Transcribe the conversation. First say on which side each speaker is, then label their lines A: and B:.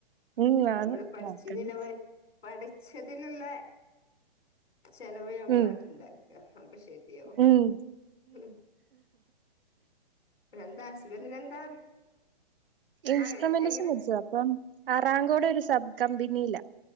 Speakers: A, on the right; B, on the left.
A: ഉം
B: ഞമ്മള്
A: ആണ്
B: പഠിച്ചീനില്ലെ
A: നോക്കണം
B: വെ പഠിച്ചതിലുള്ള ചെലവ് നമ്മളാട്ട്
A: ഉം
B: ഇണ്ടാക്ക അപ്പൊ ശരിയാവും
A: ഉം
B: ഉം എന്താ <unintelligible>
A: ഇൻസ്ട്രുമെന്റ്സും
B: ആ എങ്ങനെ
A: പഠിച്ച് അപ്പം അറാംകോടൊരു സബ് കമ്പിനിയിലാ